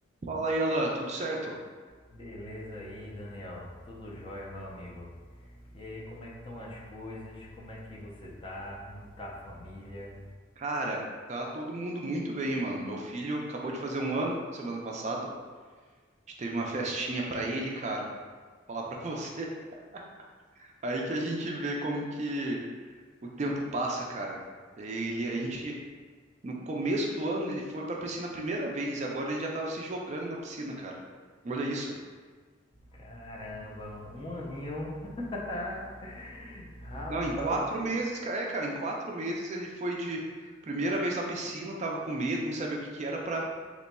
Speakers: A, on the right; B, on the left.
A: Fala aí, Alan, tudo certo?
B: Beleza aí, Daniel. Tudo jóia, meu amigo. E aí, como é que estão as coisas? Como é que você tá? Como tá a família?
A: Cara, tá todo mundo muito bem, mano. Meu filho acabou de fazer um ano, semana passada. A gente teve uma festinha pra ele, cara. Falar pra você. <laughs> Aí que a gente vê como que o tempo passa, cara. Ele, a gente, no começo do ano, ele foi pra piscina a primeira vez e agora ele já tava se jogando na piscina, cara. Olha isso.
B: Caramba, um aninho. <laughs> Rapaz,
A: Não, em quatro meses, cara. É, cara, em quatro meses ele foi de primeira vez na piscina, tava com medo, não sabia o que que era, pra